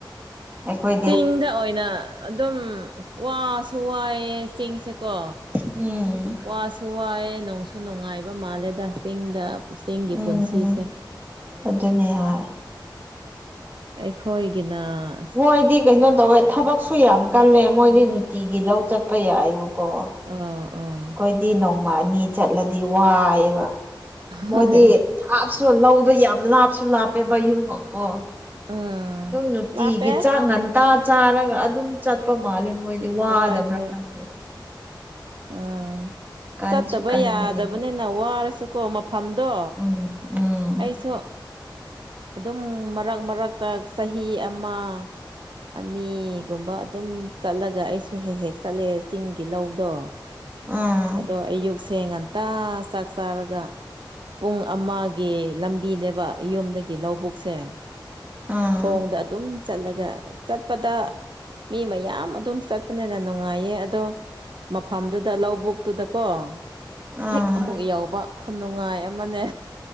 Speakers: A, on the right; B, on the right.
A: ꯑꯩꯈꯣꯏ
B: ꯆꯤꯡꯗ ꯑꯣꯏꯅ ꯑꯗꯨꯝ ꯋꯥꯁꯨ ꯋꯥꯏꯑꯦ ꯆꯤꯡꯁꯦꯀꯣ
A: ꯑꯣ
B: ꯋꯥꯁꯨ ꯋꯥꯏꯑꯦ ꯅꯅꯨꯡꯁꯨ ꯅꯨꯡꯉꯥꯏꯕ ꯃꯥꯜꯂꯦꯗ ꯆꯤꯡꯗ ꯆꯤꯡꯒꯤ
A: ꯎꯝ
B: ꯄꯨꯟꯁꯤꯁꯦ
A: ꯑꯗꯨꯅꯦ ꯍꯣꯏ
B: ꯑꯩꯈꯣꯏꯒꯤꯅ ꯑꯁ
A: ꯃꯣꯏꯗꯤ ꯀꯩꯅꯣ ꯇꯧꯋꯦ ꯊꯕꯛꯁꯨ ꯌꯥꯝ ꯀꯜꯂꯦ ꯃꯣꯏꯗꯤ ꯅꯨꯡꯇꯤꯒꯤ ꯂꯧ ꯆꯠꯄ ꯌꯥꯏꯕ ꯀ ꯑꯩꯈꯣꯏꯗꯤ
B: ꯑꯥ ꯑꯥ
A: ꯅꯣꯡꯃ ꯑꯅꯤ ꯆꯠꯂꯗꯤ ꯋꯥꯏꯑꯕ ꯃꯣꯏꯗꯤ
B: ꯍꯣꯏ
A: ꯊꯥꯞꯁꯨ ꯂꯧꯗꯣ ꯌꯥꯝ ꯂꯥꯞꯁꯨ ꯂꯥꯞꯄꯦ ꯃ ꯌꯨꯝꯃꯛ ꯀꯣ
B: ꯎꯝ
A: ꯑꯗꯨꯝ ꯅꯨꯡꯇꯤꯒꯤ
B: ꯂꯥꯞꯄꯦ
A: ꯆꯥꯡ ꯉꯟꯇꯥ ꯆꯥꯔꯒ ꯑꯗꯨꯝ ꯆꯠꯄ ꯃꯥꯜꯂꯦ ꯃꯣꯏ ꯋꯥꯗꯕ꯭ꯔꯥ
B: ꯍꯣꯏ ꯍꯣꯏ
A: ꯈꯪꯗꯦ
B: ꯎꯝ
A: ꯀꯟꯁꯨ
B: ꯆꯠꯇꯕ
A: ꯀꯟꯕꯅꯦꯕ
B: ꯌꯥꯗꯕꯅꯤꯅ ꯋꯥꯔꯁꯨꯀꯣ ꯃꯐꯝꯗꯣ
A: ꯎꯝ ꯎꯝ
B: ꯑꯩꯁꯨ ꯑꯗꯨꯝ ꯃꯔꯛ ꯃꯔꯛꯇ ꯆꯍꯤ ꯑꯃ ꯑꯅꯤꯒꯨꯝꯕ ꯑꯗꯨꯝ ꯆꯠꯂꯒ ꯑꯩꯁꯨ ꯍꯦꯛ ꯍꯦꯛ ꯆꯠꯂꯦ ꯆꯤꯡꯒꯤ ꯂꯧꯗꯣ
A: ꯎꯝ
B: ꯑꯗꯣ ꯑꯌꯨꯛꯁꯦ ꯉꯟꯇ ꯆꯥꯛ ꯆꯥꯔꯒ ꯄꯨꯡ ꯑꯃꯒꯤ ꯂꯝꯕꯤꯅꯦꯕ ꯌꯨꯝꯗꯒꯤ ꯂꯧꯕꯨꯛꯁꯦ
A: ꯎꯝ
B: ꯈꯣꯡꯗ
A: ꯎꯝ
B: ꯑꯗꯨꯝ ꯆꯠꯂꯒ ꯆꯠꯄꯗ ꯃꯤ ꯃꯌꯥꯝ ꯑꯗꯨꯝ ꯆꯠꯄꯅꯤꯅ ꯅꯨꯡꯉꯥꯏꯌꯦ ꯑꯗꯣ ꯃꯐꯝꯗꯨꯗ ꯂꯧꯕꯨꯛ ꯇꯨꯗꯀꯣ
A: ꯎꯝ
B: ꯍꯦꯛ ꯑꯃꯨꯛ ꯌꯕ ꯈꯨꯅꯨꯡꯉꯥꯏ ꯑꯃꯅꯦ